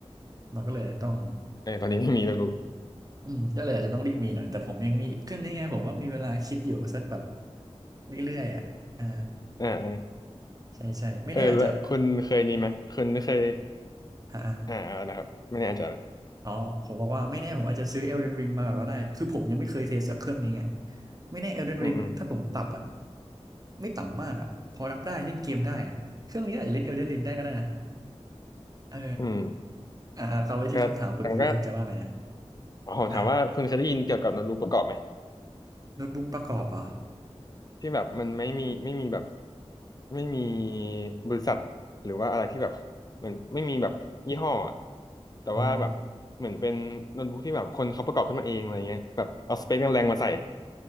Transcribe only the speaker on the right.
มันก็เลยต้อง
อืมก็เลยอาจจะต้องรีบมีหน่อยแต่ผมยังมีเครื่องนี้ไงผมว่ามีเวลาคิดอยู่สักแบบเรื่อยๆอ่ะอ่า
ใช่ใช่ไม่แน่อาจจะ
อ่าอะ
อ๋อผมบอกว่าไม่แน่ผมอาจจะซื้อ Elden Ring มาก่อนก็ได้คือผมยังไม่เคยเทสกับเครื่องนี้ไงไม่แน่ Elden
Ring ถ้าผมปรับแบบไม่ต่ำมากอ่ะพอรับได้เล่นเกมได้อ่ะเครื่องนี้อาจจะเล่น Elden Ring ได้ก็ได้นะเออ
อ่าเอาไปที่คำถามคุณเมื่อกี้คุณจะว่าไงนะ
อ่ะโน้ตบุ๊กประกอบเหรอ
อ๋อ